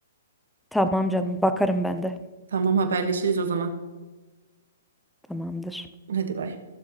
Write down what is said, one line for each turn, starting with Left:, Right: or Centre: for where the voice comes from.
Centre: Tamam canım bakarım ben de.
Right: Tamam haberleşiriz o zaman.
Centre: Tamamdır.
Right: Hadi bay.